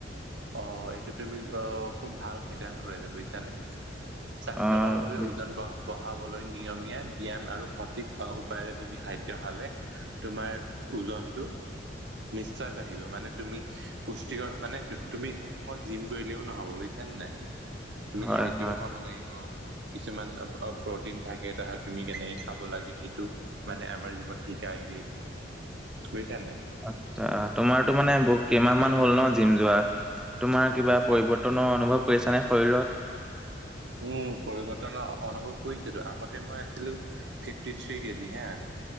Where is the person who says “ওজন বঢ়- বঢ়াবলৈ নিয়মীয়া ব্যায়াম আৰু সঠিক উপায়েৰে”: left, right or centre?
Right